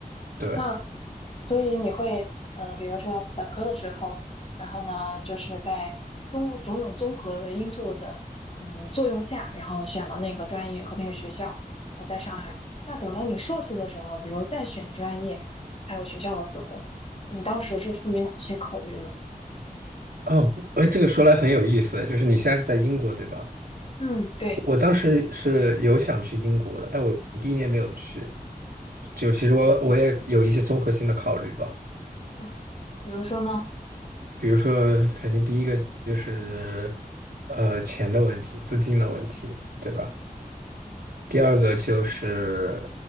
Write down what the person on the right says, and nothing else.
对，
哦，哎，这个说来很有意思，就是你现在是在英国，对吧？
我当时是有想去英国的，但我第一年没有去。就其实我我也有一些综合性的考虑吧，
比如说，肯定第一个就是呃钱的问题，资金的问题，对吧？第二个就是